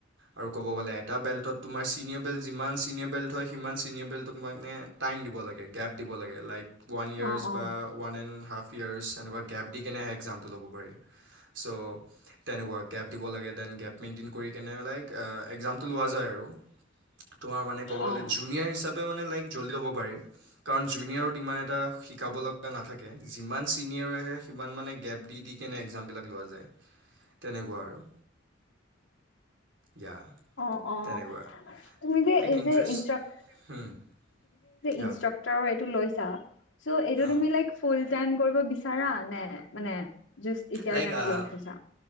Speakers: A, on the right; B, on the left.
A: আৰু ক'ব গ'লে এটা বেল্টত তোমাৰ চিনিয়ৰ বেল্ট যিমান চিনিয়ৰ বেল্ট হয় সিমান চিনিয়ৰ বেল্ট তোমাক নে টাইম দিব লাগে। গেপ দিব লাগে, লাইক ৱান ইয়েৰ্ছ
B: অ অ
A: বা ৱান এণ্ড হাফ ইয়েৰচ এনেকুৱা গেপ দি কিনে এক্সামটো ল'ব পাৰি, চ' তেনেকুৱা গেপ দিব লাগে ডেন গেপ মেইনটেইন কৰি কেনে লাইক একজামটো লোৱা যায় আৰু। তোমাৰ মানে ক'ব
B: অ
A: গ'লে
B: অ
A: জুনিয়ৰ হিচাপে মানে লাইক জলদি হ'ব পাৰি কাৰণ জুনিয়ৰৰত ইমান এটা শিকাব লগা নাথাকে, যিমান ছিনিয়ৰে আহে সিমান মানে গেপ দি- দি কেনে একজামবিলাক লোৱা যায় তেনেকুৱা আৰু ইয়া
B: অ', -অ',
A: তেনেকুৱা
B: তুমি যে
A: লাইক
B: এই
A: ইণ্টাৰেষ্ট
B: যে ইনষ্টাক,
A: হুম ইয়া
B: ইনষ্ট্ৰাকতৰ এইটো লৈছা ছা চ' এইটো
A: হা
B: তুমি লাইক ফুল ৰিটাৰ্ণ কৰিব বিচাৰা নে মানে জাষ্ট এতিয়াৰ
A: লাইক
B: কাৰণে
A: আহ
B: লৈ থৈছা?